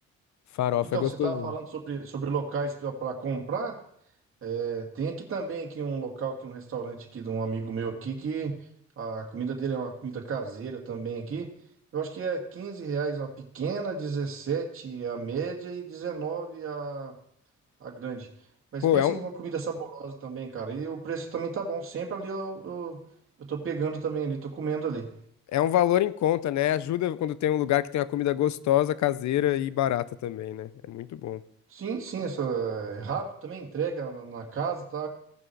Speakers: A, on the left (about 65°); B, on the right (about 45°).
A: farofa
B: Então,
A: é gostosinho.
B: você estava falando sobre, sobre locais para comprar. É, tem aqui também aqui um local aqui um restaurante aqui de um amigo meu aqui que a comida dele é uma comida caseira também aqui. Eu acho que é 15 reais a pequena, 17 a média e 19 a, a grande. Mas
A: Pô,
B: pensa
A: é um,
B: numa comida saborosa também, cara. E o preço também tá bom. Sempre ali eu, eu, eu tô pegando também ali, tô comendo ali.
A: É um valor em conta, né? Ajuda quando tem um lugar que tem uma comida gostosa, caseira e barata também, né? É muito bom.
B: Sim, sim, essa é rápido também, entrega na na casa, tá